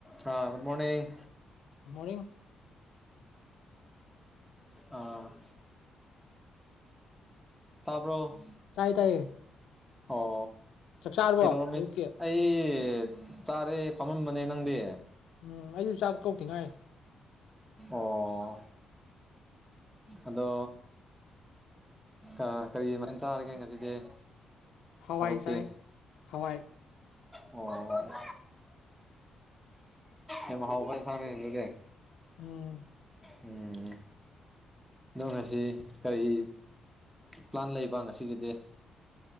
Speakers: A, in the centre; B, on the left.
A: ꯍꯥꯥ ꯨꯠ ꯃꯣꯔꯅꯤꯡꯡ
B: good morning
A: ꯑ ꯇꯄꯣ
B: ꯇꯥꯏꯌꯦ ꯇꯥꯏꯌꯦ
A: ꯑꯣ
B: ꯆꯥꯛ ꯆꯥꯔꯕꯣ
A: ꯀꯩꯗꯧꯔꯃꯤ
B: ꯑꯌꯨꯛꯀꯤ
A: ꯑꯩ ꯆꯥꯔꯦ ꯐꯝꯃꯝꯕꯅꯦ ꯅꯪꯗꯤ
B: ꯎꯝ ꯑꯩꯁꯨ ꯆꯥꯛ ꯇꯧ ꯊꯤꯉꯥꯏ
A: ꯑꯣ ꯑꯗꯣ ꯑ ꯀꯔꯤꯃꯥꯏꯅ ꯆꯥꯔꯒꯦ ꯉꯁꯤꯗꯤ
B: ꯍꯋꯥꯏ
A: ꯃꯔꯨꯞꯇꯤ
B: ꯆꯥꯏ ꯍꯋꯥꯏ
A: ꯑꯣ ꯌꯥꯝ ꯍꯥꯎꯕ ꯁꯥꯥ ꯍꯖꯒꯦ
B: ꯎꯝ
A: ꯎꯝ ꯑꯪ ꯉꯁꯤ ꯀꯔꯤ ꯄ꯭ꯂꯥꯟ ꯂꯩꯕ ꯉꯁꯤꯒꯤꯗꯤ